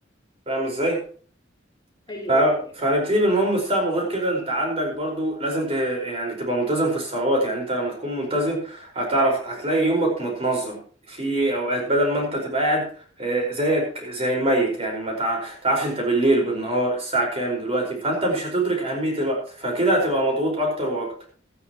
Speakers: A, on the right; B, on the left.
A: فاهم ازاي
B: ايوه
A: ف-
B: ايوه ايوه
A: فهنبتدي بالمهم الصعب وغير كده انت عندك برضو لازم ت... يعني تبقى منتظم في الصلوات يعني انت لما تكون منتظم هتعرف هتلاقي يومك متنظم في اوقات بدل ما انت تبقى قاعد آه، زيك زي الميت يعني ما تع- تعرفش انت بالليل بالنهار الساعة كام دلوقتي فانت مش هتدرك اهمية الوقت فكده هتبقى مضغوط اكتر واكتر